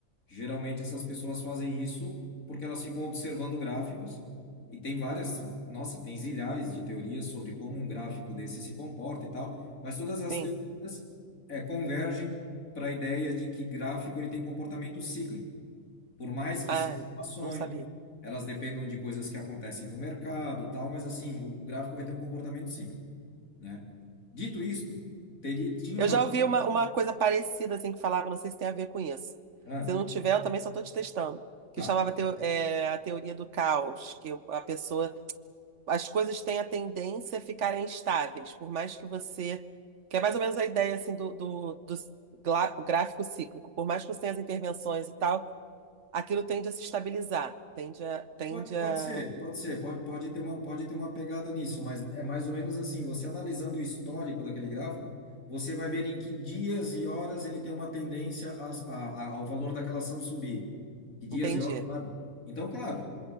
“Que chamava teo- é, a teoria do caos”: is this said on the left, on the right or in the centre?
Right